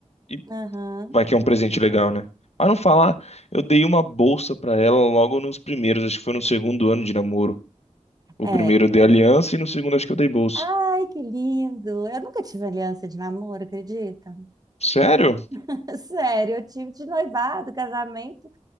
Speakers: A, on the left (about 60°); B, on the right (about 30°).
A: e
B: aham,
A: vai que é um presente legal, né? Para não falar, eu dei uma bolsa para ela logo nos primeiros, acho que foi no segundo ano de namoro. O
B: é.
A: primeiro eu dei aliança e no segundo acho que eu dei bolsa.
B: Ai, que lindo! Eu nunca tive aliança de namoro, acredita?
A: Sério?
B: <laughs> Sério, eu tive de noivado, casamento,